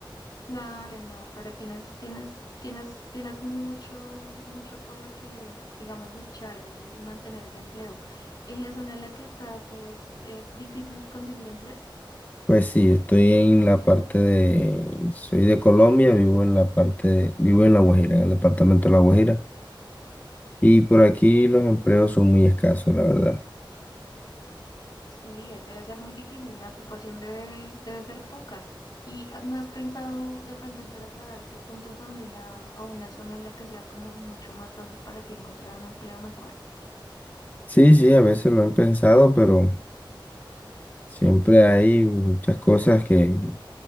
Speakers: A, on the left; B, on the left.
A: Claro, no, pero tienes, tienes, tienes, tienes mucho, mucho por lo que, digamos, luchar y, y mantener ese empleo. ¿En la zona en la que estás es eh, difícil conseguir empleo?
B: Pues sí, estoy en la parte de, soy de Colombia, vivo en la parte de- vivo en La Guajira, en el departamento de La Guajira. Y por aquí los empleos son muy escasos, la verdad.
A: Sí, debe ser muy difícil, la ocupación debe, debe ser poca. ¿Y ah, no has pensado de pronto en trasladarte con tu familia a una zona en la que sea como mucho más fácil para ti encontrar un empleo mejor?
B: Sí, sí, a veces lo he pensado, pero siempre hay muchas cosas que,